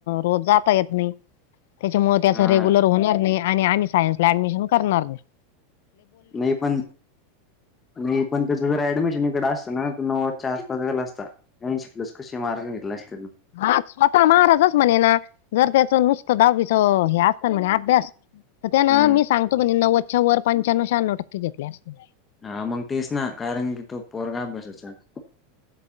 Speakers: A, on the left (about 70°); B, on the left (about 15°).
A: रोज जाता येत नाई त्याच्यामुळे त्याचं
B: हा
A: रेग्युलर
B: हा.
A: होणार नाई आणि आम्ही सायन्सला ऍडमिशन करणार नाई.
B: नई पण नई पण... त्याचं जर ऍडमिशन इकडं असतं ना... तो नव्वदच्या आसपास गेला असता. आईशी प्लस कसेही मार्क घेतले असते ना
A: हा... स्वतः महाराजच म्हणे ना... जर त्याचं नुसतं दहावीचं... हे असतं ना म्हणे अभ्यास तर त्यानं...
B: हम्म
A: मी सांगतो म्हणे... नव्वदच्या वर... पंच्याण्णव शहाण्णव टक्के घेतले असते
B: हा मग तेच ना... कारण की तो पोरगा अभ्यासाचा ए